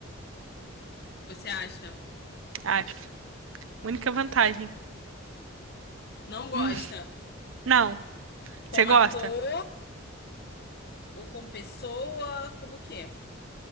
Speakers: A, on the left (about 50°); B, on the right (about 75°).
A: Você acha?
B: Acho. Única vantagem.
A: Não gosta?
B: Hum, Não.
A: Como
B: Você gosta?
A: ator ou como pessoa? Como que é?